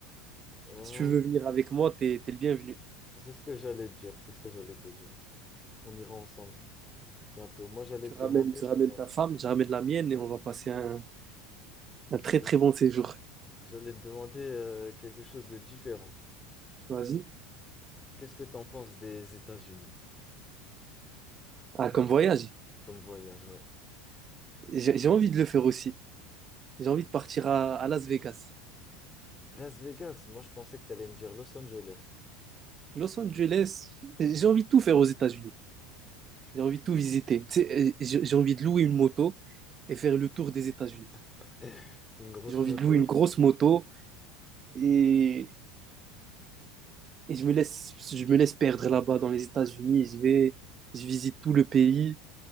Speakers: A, on the left; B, on the right.
A: euh,
B: Si tu veux venir avec moi, t'es, t'es le bienvenu.
A: c'est ce que j'allais te dire. C'est ce que j'allais te dire. On ira ensemble bientôt. Moi, j'allais
B: Tu
A: te
B: ramènes,
A: demander,
B: tu ramènes
A: euh,
B: ta femme, je ramène la mienne et on va passer un, un très
A: j'allais
B: très bon séjour.
A: j'allais te demander euh, quelque chose de différent.
B: Vas-y.
A: Qu'est-ce que tu en penses des États-Unis
B: Ah, comme voyage.
A: comme voyage? Ouais.
B: J'ai j'ai envie de le faire aussi. J'ai envie de partir à, à Las Vegas,
A: Las Vegas. Moi, je pensais que tu allais me dire Los Angeles.
B: Los Angeles. J'ai envie de tout faire aux États-Unis. J'ai envie de tout visiter. Tu sais, euh, J'ai j'ai envie de louer une moto et faire le tour des États-Unis.
A: <laughs> Une grosse
B: J'ai envie
A: moto.
B: de louer une grosse moto et, et je me laisse, je me laisse perdre là-bas dans les États-Unis. Je vais, je visite tout le pays